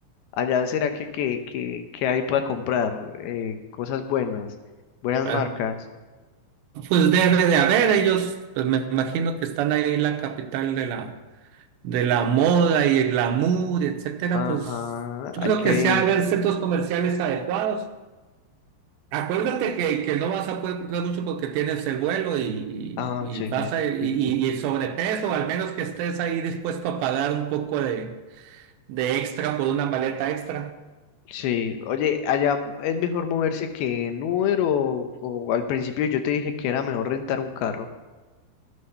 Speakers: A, on the left (about 75°); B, on the right (about 75°).
A: Allá será que, que, que, que hay para comprar eh, cosas buenas, buenas
B: ¿vale?
A: marcas.
B: Pues debe de haber, ellos, pues me imagino que están ahí en la capital de la, de la moda y el glamour, etcétera,
A: Ajá,
B: pues yo creo
A: hay que
B: que sí ha
A: ir.
B: de haber centros comerciales adecuados. Acuérdate que, que no vas a poder comprar mucho porque tienes el vuelo y,
A: Ah,
B: y,
A: sí,
B: vas
A: sí,
B: a, y, y-
A: sí. sí.
B: y el sobrepeso, al menos que estés ahí dispuesto a pagar un poco de, de extra por una maleta extra.
A: Sí, oye, allá es mejor moverse que en Uber o, o al principio yo te dije que era mejor rentar un carro.